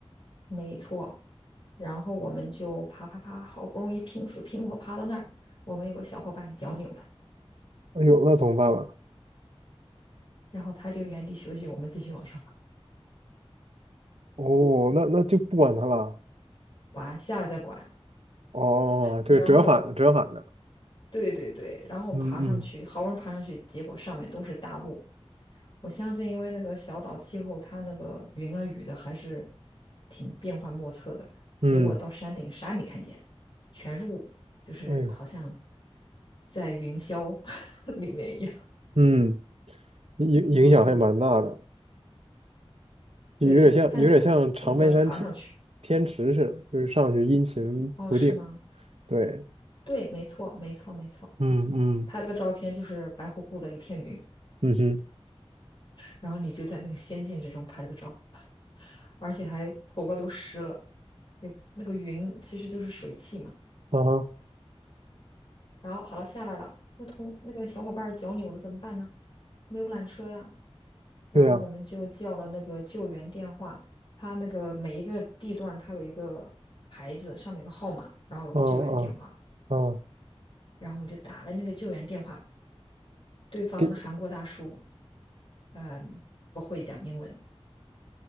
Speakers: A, on the left; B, on the right.
A: 没错。然后我们就爬爬爬，好不容易拼死拼活爬到那儿，我们有个小伙伴脚扭了，
B: 哎呦，那怎么办了？
A: 然后他就原地休息，我们继续往上爬。
B: 哦，那那就不管他了。
A: 管，下来再管。
B: 哦，
A: 然后
B: 这个折返折返的，
A: 对对对，然后我们爬上去，
B: 嗯嗯，
A: 好不容易爬上去，结果上面都是大雾。我相信，因为那个小岛气候，它那个云啊雨的还是挺变幻莫测的。
B: 嗯，
A: 结果到山顶啥也没看见，全是雾，就是好像
B: 哎呦，
A: 在云霄 <laughs> 里面一样。
B: 嗯，影影响还蛮大的，
A: 然后就
B: 就有点像有点像长白山天天池似的，
A: 对对对，但总是总算爬上去。
B: 就是上去阴晴不定。
A: 哦，是吗？
B: 对，
A: 对，没错，没错，没错。
B: 嗯嗯，
A: 拍了个照片，就是白乎乎的一片云，
B: 嗯哼，
A: 然后你就在那个仙境之中拍了个照。而且还头发都湿了，有那个云其实就是水汽嘛。
B: 啊哈，
A: 然后好了，下来了，那同那个小伙伴儿脚扭了怎么办呢？没有缆车呀，然后我们就叫了那个救援电话，
B: 对呀，
A: 它那个每一个地段它有一个牌子，上面有个号码，然后有个救援电话，
B: 啊啊啊，
A: 然后我们就打了那个救援电话，对方的韩国大叔，
B: 给
A: 嗯，不会讲英文，